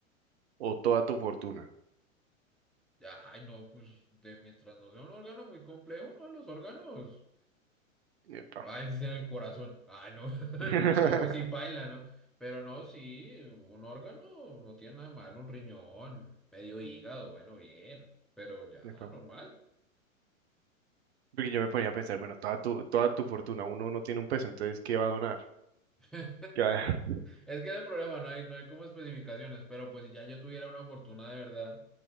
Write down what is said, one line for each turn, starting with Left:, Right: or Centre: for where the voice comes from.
Right: o toda tu fortuna.
Centre: Ya, Ay, no, pues de mientras no sea un órgano muy complejo, no, los órganos.
Right: Epa.
Centre: Ay, dicen el corazón. Ay, no. <laughs>
Right: <laughs>
Centre: No, pues sí, paila, ¿no? Pero no, sí, un órgano no tiene nada mal un riñón, medio hígado, bueno, bien, pero ya,
Right: Epa.
Centre: normal.
Right: Porque yo me ponía a pensar, bueno, toda tu, toda tu fortuna, uno no tiene un peso, entonces, ¿qué va a donar?
Centre: <laughs>
Right: ¿Qué va a dejar? <laughs>
Centre: Es que es el problema, no hay, no hay como especificaciones, pero pues si ya yo tuviera una fortuna de verdad.